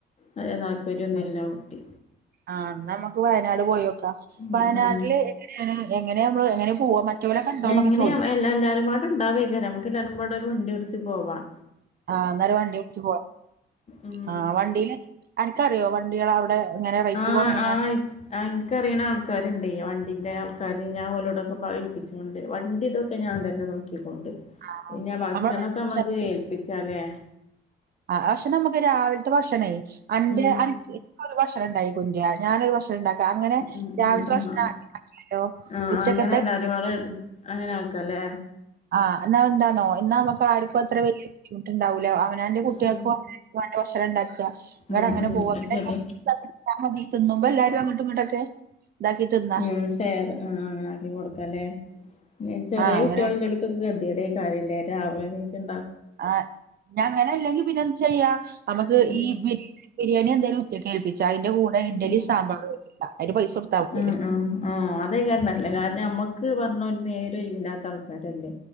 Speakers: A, on the left; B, on the right.
A: വല്യ താല്പര്യംരൊന്നുംയില്ല ഊട്ടി
B: ആഹ് എന്നാ നമ്മക്ക് വയനാട് പോയോക്കാം
A: ഉം
B: വയനാട്ടില്
A: ഉം
B: എങ്ങെയാണ് എങ്ങനെ നമ്മള് എങ്ങനെ പോവാ മറ്റോലെ കണ്ടോന്നൊക്കെ
A: എങ്ങനെ
B: ചോദിക്കും
A: എല്ല എല്ലാരുംമ്പാടെ ഇൻണ്ടാവേക്കാരേം നമുക്ക് എല്ലാരുമ്പാടെ ഒരു വണ്ടി പിടിച്ച് പോവാം
B: ആഹ് അന്നേരം വണ്ടി വിളിച്ചു പോര്
A: ഉം
B: അഹ് വണ്ടീല അനക്കറിയോ വണ്ടികൾ അവിടെ ഇങ്ങനെ റേറ്റ്
A: ആഹ്
B: കുറഞ്ഞങ്ങാണ്ട്
A: ആഹ് ആഹ് എനിക്കറിയണ ആൾക്കാരുണ്ട് വണ്ടിന്റെ ആൾക്കാര് ഞാൻഓലോടൊക്കെഏൽപ്പിച്ചോണ്ട് വണ്ടി ഇതൊക്കെ ഒക്കെ ഞാൻ തന്നെ നോക്കിക്കൊണ്ട്
B: ആ
A: പിന്നെ ഭക്ഷണക്കെ
B: നമ്മളെ ഭക്ഷണത്തിന്
A: നമ്മുക്ക് ഏൽപ്പിച്ചാലേ
B: ആ ഭക്ഷണം നമുക്ക് രാവിലത്തെ ഭക്ഷണേ അന്റെ
A: ഉം
B: അനക്ക് ഒരു ഭക്ഷണം ഇണ്ടായി കുണ്ട്യ ഞാനൊരു ഭക്ഷണം ണ്ടാക്ക അങ്ങനെ
A: ഉം
B: രാവിലത്തെ
A: ഉം
B: ഭക്ഷണം
A: ആഹ്
B: <inaudible>
A: ആഹ്
B: ഉച്ചക്കത്തെ
A: അങ്ങനെ എല്ലാരും
B: <inaudible>
A: പാടെ അങ്ങനെ ആക്ക ല്ലേ
B: ആഹ് എന്ന എന്താന്നോ എന്നാ നമുക്ക് ആർക്കും അത്ര വലിയ ബുദ്ധിമുട്ടുണ്ടാവൂല അവ ഞാനെന്റെ
A: ഉം
B: കുട്ട്യേൾക്കും <inaudible> ഭക്ഷണം ഉണ്ടാക്ക നിങ്ങളങ്ങനെ
A: ഉം ഉം
B: പോവ
A: അത് ശരിയാ
B: <inaudible> മതി തിന്നുമ്പോ എല്ലാരും അങ്ങോട്ടും ഇങ്ങോട്ടൊക്കെ ഇതാക്കി തിന്നും
A: ഉം ഷേറ് ആഹ് അങ്ങനെ ആക്കി കൊടുക്ക ല്ലേ ചെറിയ
B: ആഹ്
A: കുട്ടികള്
B: അങ്ങനെ
A: എ ഗതിയുടെയും കാര്യല്ലേ രാവിലെ നീച്ചണ്ട
B: ആഹ് ഞ അങ്ങനെ ഇല്ലെങ്കി പിന്നെ എന്താ ചെയ്യാ നമുക്ക്
A: ഉം
B: ഈ ബിരിയാണി എന്തേലും കേൽപ്പിച്ചാ അയിന്റെ കൂടെ
A: ഉം
B: ഇഡലി സാമ്പാറും അയിന്റെ പൈസ മതിയല്ലേ
A: ഉം ഉം ഉ അതേ ക്കാരം നല്ലേ കാരണം നമ്മക്ക് പറഞ്ഞ ഒരു നേരം ഒഴിവില്ലാത്ത ആൾക്കാരല്ലേ